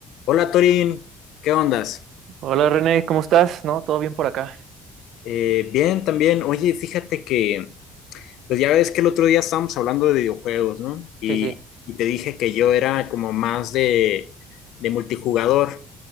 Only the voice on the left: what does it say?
Hola Torín, ¿qué ondas?
Eh, bien, también. Oye, fíjate que, pues ya ves que el otro día estábamos hablando de videojuegos, ¿no? Y,
y te dije que yo era como más de, de multijugador.